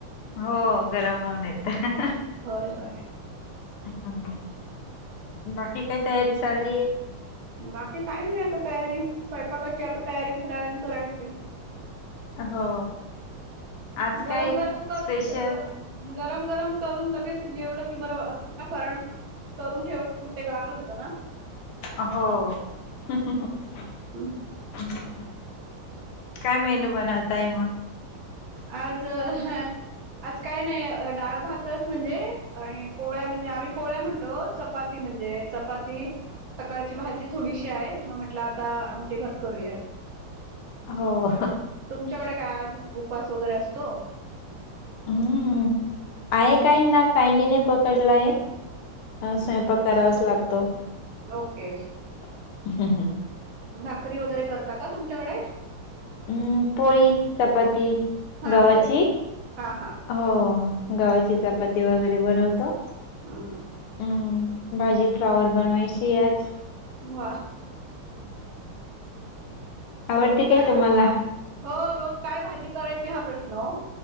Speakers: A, on the left (about 80°); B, on the right (about 65°).
A: हो गरम होऊन येतं.
B: होय होय.
A: ह ह ह, बाकी काय तयारी चाललीय?
B: बाकी काय नाई आता तयारी, स्वयंपाकाची आता तयारी थोड्या वेळाने करायची.
A: हो. आज
B: गरम
A: काय
B: गरम करून
A: स्पेशल
B: <unintelligible> गरम गरम करून लगेच हे जेवलं की बरं ‌ असताना कारण करुन ठेवायचं म ते गार होतं ना.
A: अ‌ हो. <unintelligible>
B: हं.
A: काय मेनू बनवताय मग?
B: आज ह आज काय नाय, अ‌ डाळ भातच म्हणजे ‌ आणि पोळ्या म्हणजे आम्ही पोळ्या म्हणतो. ‌ चपाती म्हणजे चपाती. सकाळची भाजी थोडीशी हाय, म म्हटलं ‌ आता आमटी भात करूया ‌.
A: हो
B: तुमच्याकडे काय ‌आज उपास वगैरे असतो.
A: हम्म, आहे
B: हं
A: काय ना कायनीे ने पकडलाय हं स्वयंपाक करावाच लागतो.
B: ओके.
A: <inaudible>
B: भाकरी वगैरे करता का तुमच्याकडे?
A: हम् पोळी, चपाती
B: हा
A: गव्हाची.
B: तेच. हा हा.
A: हो घवाची चपाती वगैरे बनवतो
B: हम्.
A: हम भाजी फ्लावर बनवायची आज.
B: वा.
A: आवडते
B: रोज
A: काय तुम्हाला?
B: भाजी हो रोज काय भाजी करायची हा प्रश्न ओ.